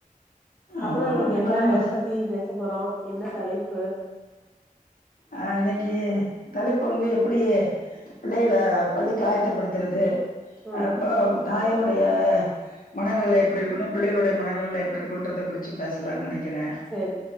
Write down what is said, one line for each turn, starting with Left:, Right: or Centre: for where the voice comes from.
Centre: அப்புறோ
Left: ஆமா
Centre: இன்னிக்கு
Left: அப்டி
Centre: என்ன
Left: பண்ணம்ப
Centre: எத பத்தி பேச போறோ என்னா தலைப்பு
Left: ஆ இன்னிக்கி தலைப்பு வந்து எப்புடி பிள்ளைகள பள்ளிக்கு ஆயத்தப்படுத்தறது
Centre: ம்
Left: அப்போ தாயினோடு ளுடைய மனநிலை எப்பிடி இருக்கணு பிள்ளைகளுடைய மனநிலலா எப்டிருக்குன்றத குறிச்சி பேசலான் நெனை கிறே
Centre: சேரி